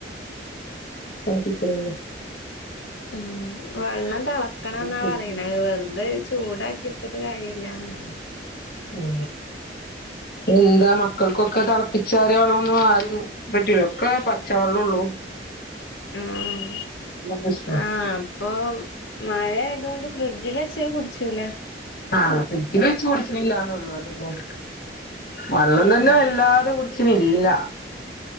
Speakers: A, on the left (about 50°); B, on the left (about 85°).
A: തെളപ്പിക്കല് അല്ലേ
B: ഉം വെള്ളം തെളക്കണം എന്നാ
A: കൊടുക്കും
B: പറയുന്നെ വെറുതെ ചൂടാക്കി എടുത്തിട്ട് കാര്യമില്ലാന്ന് പറയുന്നെ
A: ഓ എന്താ മക്കൾക്കൊക്കെ തിളപ്പിച്ചാറിയ വെള്ളോന്നും ആരും പറ്റൂല ഒക്കെ പച്ച വെള്ളോള്ളൂ
B: ഉം
A: പ്രശ്നം
B: ആ അപ്പൊ മഴയായതുകൊണ്ട് ഫ്രിഡ്ജിൽ വെച്ചത് കുടിച്ചൂല്ല
A: ആ ഫ്രിഡ്ജിൽ വെച്ച് കുടിക്കുന്നില്ലാന്നേള്ളു അതൊന്നും വെള്ളം
B: ആഹ്
A: തന്നെ വല്ലാതെ കുടിച്ചുന്നില്ല